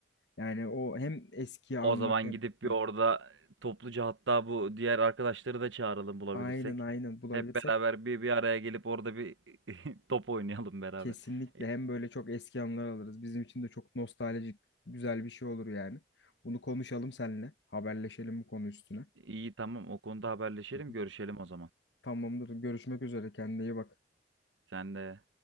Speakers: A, on the left (about 70°); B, on the right (about 85°).
A: Yani o hem eskiyi anmak
B: O zaman
A: hem
B: gidip
A: ha,
B: bir orada topluca hatta bu diğer arkadaşları da çağıralım bulabilirsek.
A: aynen aynen bulabilirsek
B: Hep beraber bir bir araya gelip orada bir <laughs> top oynayalım beraber.
A: kesinlikle
B: E,
A: hem böyle çok eski anılar alırız. Bizim için de çok nostaljik güzel bir şey olur yani. Bunu konuşalım seninle. Haberleşelim bu konu üstüne.
B: İyi tamam o konuda haberleşelim,
A: Hı hı.
B: görüşelim o zaman.
A: Tamamdır. Görüşmek üzere. Kendine iyi bak.
B: Sen de